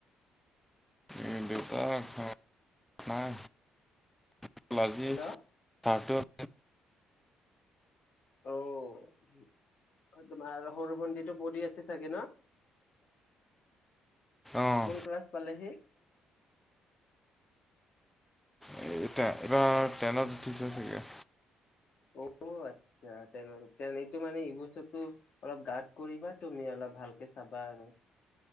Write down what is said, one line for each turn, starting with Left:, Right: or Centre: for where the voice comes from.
Centre: এ, দেউতাক অঁ, নাই <unintelligible>
Left: হেল্ল'। ঔ অ, তোমাৰ সৰু ভণ্টিটো পঢ়ি আছে চাগে ন'
Centre: অঁ
Left: কোন ক্লাছ পালেহি?
Centre: এতিয়া এইবাৰ ট্ৰেনত উঠিছে চাগে।
Left: অ' আচ্ছা তেন এইটো মানে এই বস্তু অলপ গাট কৰিবা তুমি অলপ ভালকে চাবা আৰু